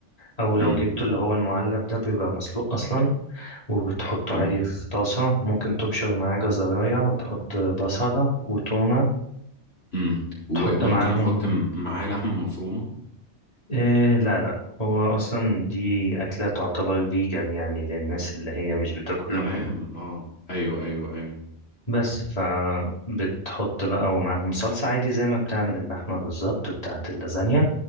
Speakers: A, on the left; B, on the left.
A: او لو
B: امم
A: جبته اللي هو المعلب ده بيبقى مسلوق اصلا وبتحطه
B: تمام
A: عادي في طاسة ممكن تبشر معاه جزراية وتحط بصلة وتومة
B: امم وممكن
A: تحط معاهم
B: احط م- معاه لحمة مفرومة
A: إيه لا لا هو أصلا دي أكلة تعتبر فيجن يعني للناس اللي هي مش بتاكل
B: تمام
A: لحوم
B: اه ايوه ايوه ايوه
A: بس فبتحط بقى ومعاهم صلصة عادي زي ما بتعمل اللحمة بالظبط بتاعة اللازانيا